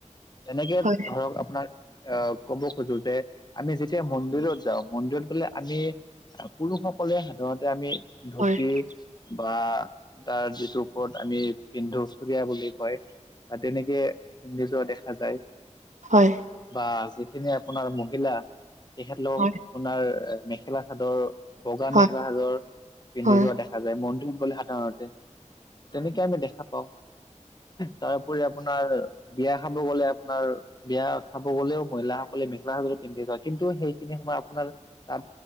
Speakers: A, on the left; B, on the right.
A: এনেকে
B: হয়,
A: ধৰক আপোনাৰ আ, ক'ব খোজো যে আমি যেতিয়া মন্দিৰত যাওঁ মন্দিৰত গ'লে আমি পুৰুষসকলে সাধাৰণতে আমি ধুতি
B: হয়,
A: বা তাৰ যিটো ওপৰত আমি পিন্ধো চুৰিয়া বুলি কয় বা তেনেকে পিন্ধি যোৱা দেখা যায়।
B: হয়।
A: বা যিখিনি আপোনাৰ মহিলা তেখেতলোক
B: হয়,
A: আপোনাৰ মেখেলা চাদৰ, বগা
B: হয়,
A: মেখেলা সাদৰ পিন্ধি
B: হয়।
A: যোৱা দেখা দো যায়, মন্দিৰত গ'লে সাধাৰণতে তেনেকে আমি দেখা পাও, তাৰপৰি আপোনাৰ বিয়া খাব গ'লে আপোনাৰ বিয়া খাব গ'লেও মহিলাসকলে মেখেলা চাদৰ পিন্ধি যায় কিন্তু সেইখিনি সময় আপোনাৰ তাত